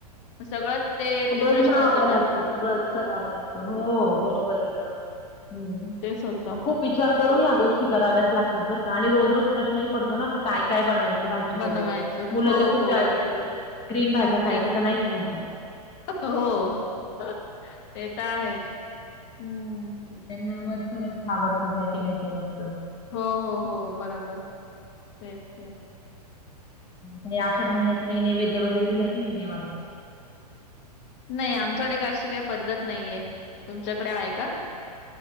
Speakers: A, on the left (about 45°); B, on the left (about 25°).
A: मग सगळंच ते
B: सगळंच
A: प्रिपरेशन
B: बनवावं
A: होतं ना
B: लागतं सगळंच करावं लागतं हो बरोबर आहे ना. हम्म
A: तेच होतं
B: मग खूप विचार करून या गोष् ति कराव्याच लागतात बर का आणि रोज रोज प्रश्नही पडतो ना की काय काय बनवायचं भाजी
A: बनवायचं
B: वगैरे मुलं
A: हो
B: तर खूप
A: हो
B: त्रास देतात ग्रीन भाज्या खायचं
A: तीन
B: तर नाहीच म्हणतात.
A: हो ते तर आहेच हम्म.
B: त्यांना वरचं वरचं आवडतं फॅटी फॅटी जास्त
A: हो हो हो बरोबर तेच तेच.
B: तुम्ही आषाढ महिन्याचा काही नैवेद्य वगैरे दिला की नाही देवाला?
A: नाही आमच्याकडे का अशी काही पद्धत नाहीये तुमच्याकडे आहे का?